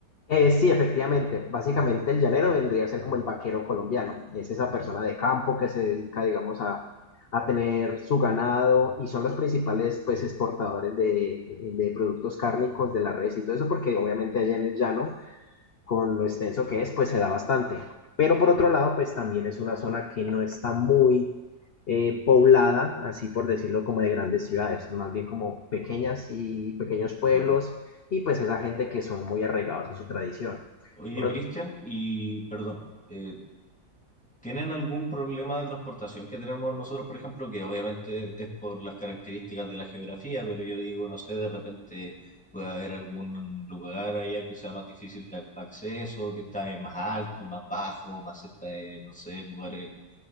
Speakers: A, on the left; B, in the centre.
A: Eh, sí, efectivamente. Básicamente el llanero vendría a ser como el vaquero colombiano. Es esa persona de campo que se dedica, digamos, a, a tener su ganado y son los principales, pues, exportadores de, de- de productos cárnicos de la res y todo eso, porque obviamente allá en el llano con lo extenso que es, pues se da bastante. Pero por otro lado, pues también es una zona que no está muy eh, poblada, así por decirlo, como de grandes ciudades, más bien como pequeñas y pequeños pueblos,
B: Claro.
A: y pues esa gente que son muy arraigados a su tradición.
B: Oye,
A: Por,
B: Cristian, y perdón, eh, ¿Tienen algún problema de transportación que tenemos nosotros, por ejemplo, que obviamente es por las características de la geografía, pero yo digo, no sé, de repente puede haber algún lugar allá que sea más difícil de acceso, que está eh, más alto, más bajo, más cerca de, no sé, lugares